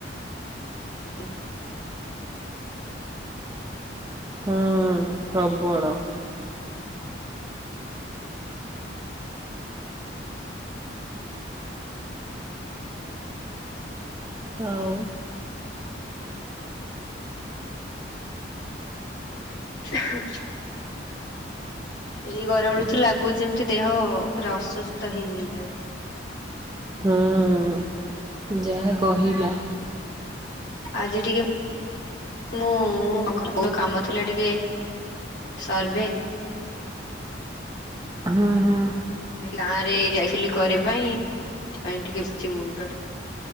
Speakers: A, on the left; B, on the right.
A: ଏଇ
B: ହୁଁ ପ୍ରବଳ ହଉ।
A: ଆଉ <unintelligible> ଏଇ ଗରମରେ ଲାଗୁଛି ଯେମିତି ଦେହ ପୁରା ଅସୁସ୍ଥ ହେଇ ହେଇଯାଉଛି।
B: ହୁଁ ଯାହା କହିଲ।
A: ଆଜି ଟିକେ ମୁଁ <unintelligible> କାମ ଥିଲା ଟିକେ ସର୍ଭେ।
B: ହୁଁ ହୁଁ।
A: ଗାଁ ରେ ଯାଇଥିଲି କରିବା ପାଇଁ ସେଥି ପାଇଁ ଟିକେ ବଛି ମୁଣ୍ଡ ଟା।